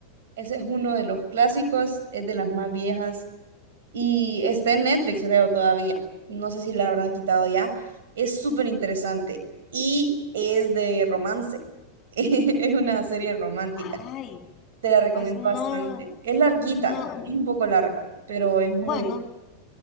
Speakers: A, on the right; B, on the left.
A: ese es uno de los clásicos, es de las más viejas. Y está en Netflix, creo, todavía. No sé si la habrán quitado ya. Es súper interesante y es de romance. <laughs> Es una serie romántica.
B: Ay,
A: Te la recomiendo
B: pues no,
A: bastante. Es larguita,
B: no,
A: es un poco larga, pero es muy
B: bueno.
A: buena.